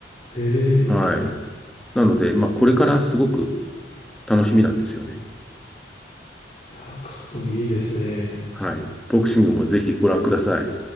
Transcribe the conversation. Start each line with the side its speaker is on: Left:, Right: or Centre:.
Left: ええ
Centre: はい。なので、まあこれからすごく楽しみなんですよね。
Left: いや格闘技いいですね。
Centre: はい。ボクシングもぜひご覧ください。